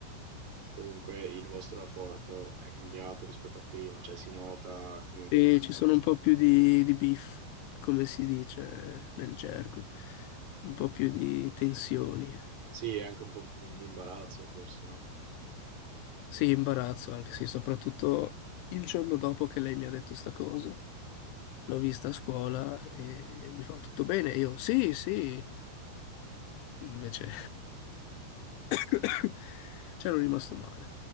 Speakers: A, on the right (about 35°); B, on the left (about 85°).
A: Comunque il vostro rapporto è cambiato rispetto a prima, cioè si nota comunque...
B: E
A: un-
B: ci sono un po' più di, di beef, come si dice nel gergo, un po' più di tensioni.
A: Sì, è anche un po' più di imbarazzo forse, no?
B: Sì, imbarazzo, anche sì, soprattutto il giorno dopo che lei mi ha detto sta cosa. L'ho vista a scuola e mi fa tutto bene. Io sì, sì. Invece <coughs> c'ero rimasto male.